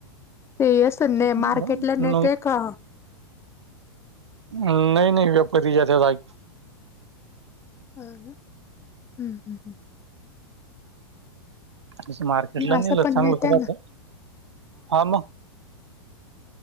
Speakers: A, on the left; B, on the right.
A: ते असं <unintelligible> नाही
B: तेच म्हणलं
A: मार्केटला नेत्या का
B: नाही नाही व्यापारी येत्यात जागी.
A: हा ना हम्म हम् हम्म
B: तस मार्केटला
A: असं
B: नेलं
A: पण
B: चांगलंच
A: नेत्या
B: राहत.
A: ना
B: हा मग